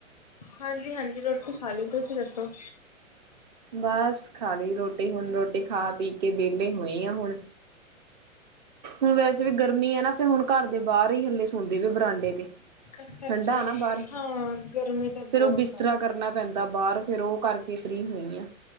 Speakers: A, on the left (about 30°); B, on the right (about 35°).
A: ਹਾਂਜੀ ਹਾਂਜੀ ਰੋਟੀ ਖਾ ਲਈ ਤੁਸੀਂ ਦੱਸੋ।
B: ਬਸ ਖਾਲੀ ਰੋਟੀ ਹੁਣ ਰੋਟੀ ਖਾ ਪੀ ਕੇ ਵਿਹਲੇ ਹੋਏ ਆ ਹੁਣ। ਹੁਣ ਵੈਸੇ ਵੀ ਗਰਮੀ ਹੈ ਨਾ ਫਿਰ ਹੁਣ ਘਰ ਦੇ ਬਾਹਰ ਹੀ ਹੱਲੇ ਸੌਂਦੇ ਵੀ ਬਰਾਂਡੇ। ਬਰਾਡੇ ਤੇ
A: ਅੱਛਾ-ਅੱਛਾ
B: ਠੰਡਾ ਨਾ
A: ਜੀ,
B: ਬਾਹਰ
A: ਹਾਂ ਗਰਮੀ ਤਾਂ ਬਹੁਤ
B: ਫਿਰ ਉਹ ਬਿਸਤਰਾ
A: ਆ।
B: ਕਰਨਾ। ਪੈਂਦਾ ਬਾਹਰ ਫੇਰ ਉਹ ਕਰਕੇ ਫ੍ਰਰੀ ਹੋਈ ਆ।